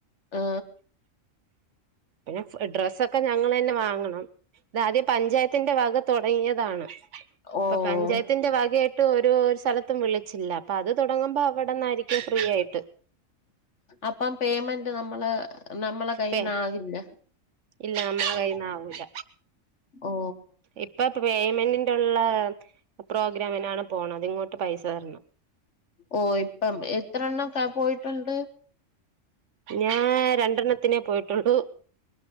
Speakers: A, on the left; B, on the right.
A: ആ
B: പിന്നെ ഡ്രസ്സൊക്കെ ഞങ്ങള്അന്നെ വാങ്ങണം ഇതാദ്യ പഞ്ചായത്തിന്റെ വക തൊടങ്ങിയതാണ് അപ്പ
A: ഓഹ്
B: പഞ്ചായത്തിന്റെ വകയായിട്ട് ഓരോ സ്ഥലത്തും വിളിച്ചില്ല അപ്പ അത് തൊടങ്ങുമ്പോ അവടന്നാരിക്കും ഫ്രീ ആയ്ട്ട്
A: അപ്പം പേയ്മെന്റ് നമ്മള നമ്മളെ കയ്യിന്ന്
B: പേ
A: ആകില്ല
B: ഇല്ല നമ്മള കൈയിന് ആകൂല്ല
A: ഓ
B: ഇപ്പ പേയ്മെന്റിന്റുള്ള പ്രോഗ്രാമിനാണ് പോണത് ഇങ്ങോട്ട് പൈസ തര്ണം
A: ഓ ഇപ്പം എത്ര എണ്ണം ക പോയ്ട്ടൊണ്ട്
B: ഞാ രണ്ടെണ്ണത്തിനെ പോയ്ട്ടുള്ളു